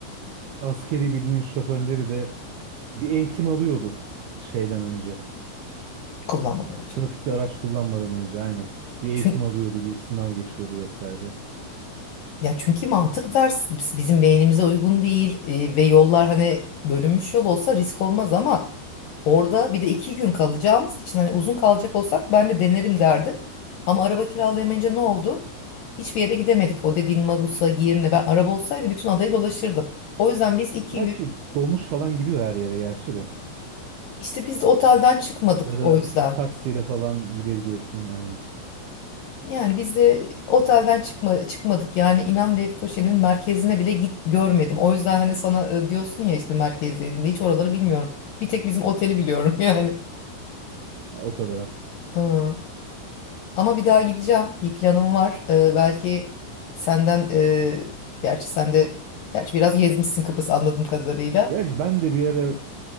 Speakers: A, on the right; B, on the left.
A: askeri birinin şoförleri de bir eğitim alıyordu şeyden önce.
B: Kullanmadan önce.
A: Trafikte araç kullanmadan önce aynen. Bir eğitim
B: Çünkü
A: alıyordu, bir sınav geçiyordu vesaire.
B: Ya çünkü mantık ters Biz- bizim beynimize uygun değil e, ve yollar hani bölünmüş yol olsa risk olmaz ama orada bir de iki gün kalacağımız için hani uzun kalacak olsak ben de denerim derdim. Ama araba kiralayamayınca ne oldu? Hiçbir yere gidemedik. O dediğin Magus'a, Girne ben araba olsaydı bütün adayı dolaşırdım. O yüzden biz iki
A: Gerçi
B: gün
A: dolmuş falan gidiyor her yere gerçi de.
B: işte biz de otelden çıkmadık
A: Ya da
B: o yüzden.
A: taksiyle falan gidebiliyorsun aynen.
B: Yani biz de otelden çıkma, çıkmadık yani inan Lefkoşa'nın merkezine bile git görmedim. O yüzden hani sana e, diyorsun ya işte merkezlerinde hiç oraları bilmiyorum. Bir tek bizim oteli biliyorum <laughs> yani.
A: Ya o kadara.
B: Ee, Ama bir daha gideceğim. Bir planım var. Ee, belki senden e, gerçi sen de gerçi biraz gezmişsin Kıbrıs anladığım kadarıyla.
A: Gerçi ben de bir ara